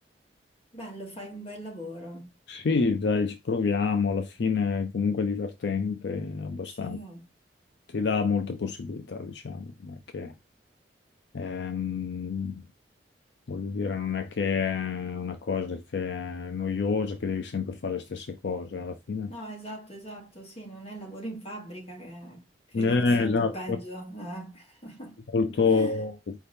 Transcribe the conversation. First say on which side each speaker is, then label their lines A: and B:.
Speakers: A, on the left; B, on the left.
A: bello, fai un bel lavoro.
B: Sì, dai, ci proviamo, alla fine è comunque divertente abbastanza.
A: Sì. oh.
B: Ti dà molte possibilità, diciamo, non è che, ehm, voglio dire, non è che è una cosa che è noiosa, che devi sempre fare le stesse cose, alla fine.
A: No, esatto, esatto, sì, non è lavoro in fabbrica che credo
B: Eh,
A: che sia
B: esatto,
A: un po' peggio. eh. <laughs>
B: molto,